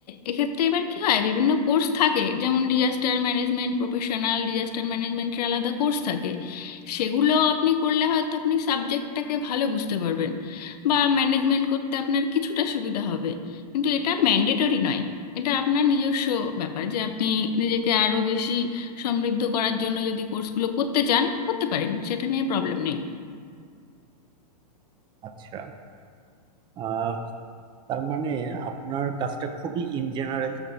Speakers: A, on the left; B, on the right.
A: এক্ষেত্রে এবার কি হয় বিভিন্ন কোর্স থাকে যেমন ডিজাস্টার ম্যানেজমেন্ট প্রফেশনাল ডিজাস্টার ম্যানেজমেন্টের আলাদা কোর্স থাকে সেগুলো আপনি করলে হয়তো আপনি সাবজেক্টটাকে ভালো বুঝতে পারবেন বা ম্যানেজমেন্ট করতে আপনার কিছুটা সুবিধা হবে কিন্তু এটা ম্যান্ডেটরি নয় এটা আপনার নিজস্ব ব্যাপার যে আপনি নিজেকে আরো বেশি সমৃদ্ধ করার জন্য যদি কোর্সগুলো করতে চান করতে পারেন সেটা নিয়ে প্রবলেম নেই
B: আচ্ছা আহ তার মানে আপনার কাজটা খুবই ইন জেনারেল